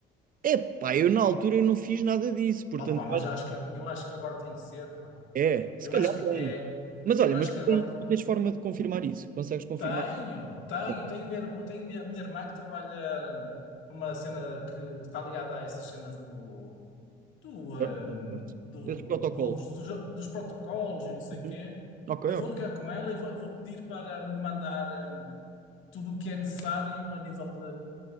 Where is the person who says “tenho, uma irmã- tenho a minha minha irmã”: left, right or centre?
Left